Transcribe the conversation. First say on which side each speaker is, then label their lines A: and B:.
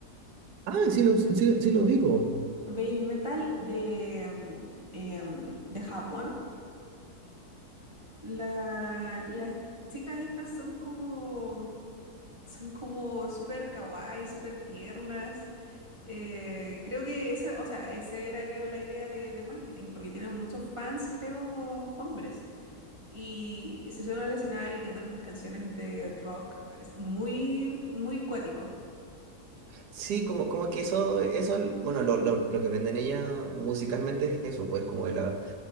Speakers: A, on the right (about 80°); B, on the right (about 20°).
A: Ah, sí lo, sí, sí lo ubico.
B: Baby Metal de, mm, em, de Japón. La- las Ujú. chicas estas son como, son como súper kawaii, súper tiernas. Eh, creo que esa, o sea, esa era, creo, la idea de, de marketing, porque tienen muchos fans, creo, hombres. Y se suben al escenario y cantan estas canciones de rock. Es muy, muy cuático,
A: Sí, como, como que eso, eso, bueno, lo, lo, lo que venden ella musicalmente es eso, pues como de la,